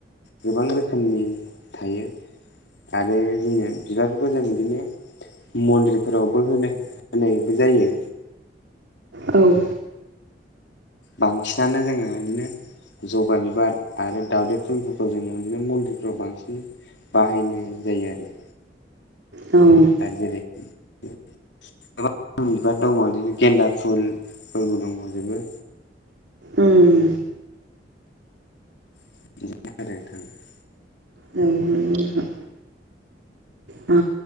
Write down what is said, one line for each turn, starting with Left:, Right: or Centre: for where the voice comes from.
Left: गोबां रोखोमनि थायो आरो जोङो बिबारफोरखौ जों बिदिनो मन्दिरफोरावबो होनो होनायबो जायो।
Right: औ।
Left: बांसिनानो जोङो बिदिनो जबा बिबार आरो दावदै फुलफोरखौ जोङो बिदिनो मन्दिरफ्राव बांसिन बाहायनाय जायो आरो।
Right: औ।
Left: जैरै <unintelligible> गोबां बिबार दङ बिदिनो गेन्दा फुलफोरबो दंलाजोबो।
Right: ओम।
Left: <unintelligible>
Right: औ नोंगौ नोंथां। ओ